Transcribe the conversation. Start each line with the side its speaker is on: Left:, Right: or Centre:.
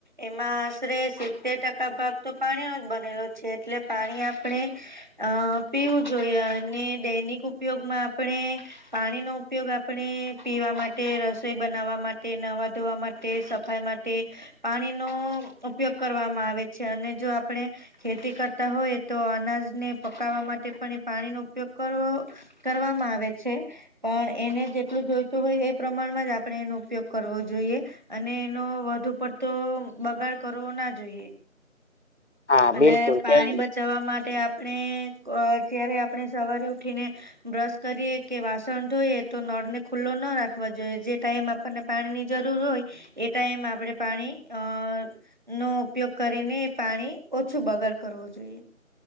Right: એમાં આશરે સિત્તેર ટકા ભાગ તો પાણીનો જ બનેલો છે એટલે પાણી આપણે અ પીવું જોઈએ અને દૈનિક ઉપયોગમાં આપણે પાણીનોો ઉપયોગ આપણે પીવા માટે રસોઈ બનાવવા માટે નવા ધોવા માટે સાઈ માટે પાણીનો ઉપયોગ કરવામાં આવે છે અને જો આપણે. ખેતી કરતા હોય તો અનાજને પકાવવા માટે પણ એ પાણી નો ઉપયોગ કરવો. કરવામાં આવે છે. પણ એને જેટલું જોઈતું હોય એ પ્રમાણમાં જ આપણે એનો ઉપયોગ કરવો જોઈએ. અને એનો વધુ પડતો બગાડ કરવો ના જોઈએ
Left: હા
Right: અને
Left: બિલકુલ
Right: પાણી
Left: કેમ
Right: બચાવવા માટે આપણે અ જયારે આપણે સવારે ઉઠીને બ્રશ કરીએ કે વાસણ ધોઈએ તો નળને ખુલ્લો ના રાખવા જોઈએ જે ટાઈમ આપણને પાણી ની જરૂર હોય એ ટાઈમ આપણેે પાણી અ નો ઉપયોગ કરીને પાણી ઓછું બગાડ કરવું જોઈએ.